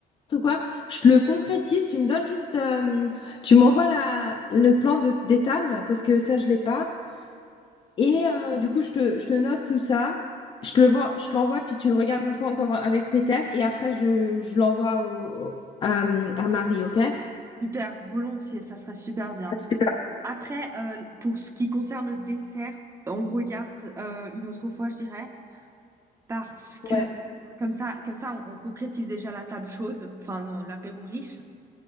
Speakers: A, on the left (about 30°); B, on the right (about 20°).
A: ou quoi, je le concrétise, tu me donnes juste, euh, tu m'envoies la, le plan de, des tables, parce que ça, je l'ai pas. Et euh, du coup, je te, je te note tout ça, je te le, vois- je te l'envoie, puis tu le regardes une fois encore euh, avec Peter, et après, je, je l'envoie au, au- à, à Marie, ok?
B: Super, volontiers, ça serait super bien.
A: Super.
B: Après, euh, pour ce qui concerne le dessert, on regarde euh, une autre fois, je dirais, parce que
A: Ouais.
B: comme ça, comme ça, on, on concrétise déjà la table chaude, enfin non, l'apéro riche.